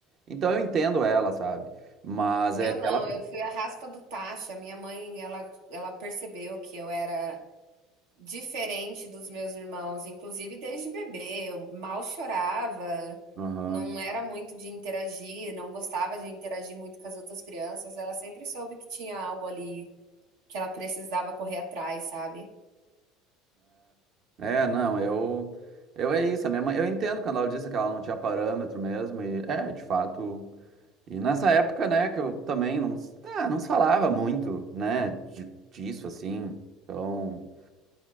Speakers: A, on the right; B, on the right.
A: Então eu entendo ela, sabe? Mas
B: Eu
A: é que
B: não,
A: ela.
B: eu fui a raspa do tacho, a minha mãe ela ela percebeu que eu era diferente dos meus irmãos, inclusive desde bebê, eu mal chorava,
A: Aham.
B: não era muito de interagir, não gostava de interagir muito com as outras crianças, ela sempre soube que tinha algo ali que ela precisava correr atrás, sabe?
A: É, é, não, eu. Eu é isso, a minha mãe. Eu entendo quando ela disse que ela não tinha parâmetro mesmo, e é, de fato. E nessa época, né, que eu também não, s- ah, não se falava muito, né, de- disso, assim. Então,